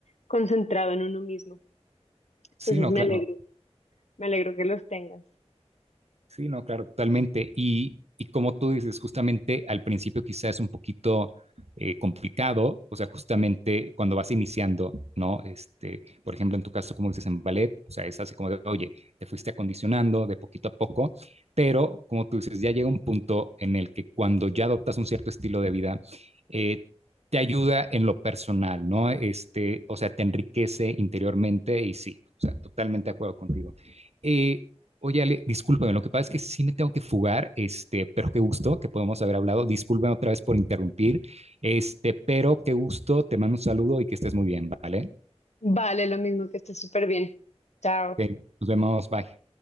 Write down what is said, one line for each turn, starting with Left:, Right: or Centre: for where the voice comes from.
Left: concentrado en uno mismo.
Right: Sí,
Left: Entonces
Right: no,
Left: me
Right: claro,
Left: alegro, me alegro que los tengas.
Right: Sí, no, claro, totalmente. Y, y como tú dices, justamente al principio quizás es un poquito eh, complicado, o sea, justamente cuando vas iniciando, ¿no? Este, por ejemplo, en tu caso, como dices en ballet, o sea, es así como de, oye, te fuiste acondicionando de poquito a poco, pero como tú dices, ya llega un punto en el que cuando ya adoptas un cierto estilo de vida, eh, te ayuda en lo personal, ¿no? Este, o sea, te enriquece interiormente y sí, o sea, totalmente de acuerdo contigo. Eh, Oye, Ale, discúlpame, lo que pasa es que sí me tengo que fugar, este, pero qué gusto que podemos haber hablado. Discúlpame otra vez por interrumpir, este, pero qué gusto, te mando un saludo y que estés muy bien, ¿vale?
Left: Vale, lo mismo que esté súper bien. Chao.
Right: Ok, nos vemos, bye.